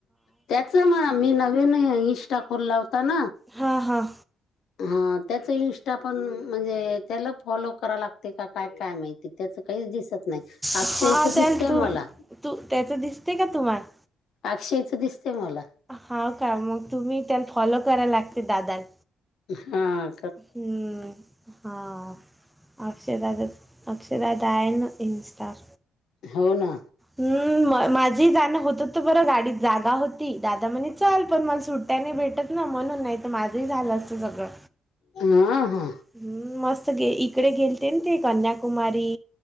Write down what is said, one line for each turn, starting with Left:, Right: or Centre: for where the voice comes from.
Left: त्याच मग मी नवीन इशा खोलला होता ना
Centre: हा हां
Left: हा त्याचं इंस्टा पण म्हणजे त्याला फॉलो कराव लागते का काय काय माहितीय त्याचं काहीच दिसत नाही अक्षयच
Centre: हा त्याल
Left: दिसतय
Centre: तू
Left: मला
Centre: तू त्याचं दिसते का तुम्हाला
Left: अशयच दिसते मला
Centre: हा का मग तुम्ही त्याला फॉलो करायला लागते दादाला
Left: हा
Centre: हम्म हां अक्षरदादा अक्षरदादा आहे ना इनस्टार
Left: हो ना
Centre: हम्म माझी जाण होत बर गाडीत जागा होती. दादा म्हणे चल. पण माले सुट्टया नाही भेटत. ना म्हणून. नाही तर माझही झाल असत सगळ.
Left: हा हा
Centre: हम्म मस्त गे इकडे गेलते ना ते. कन्याकुमारी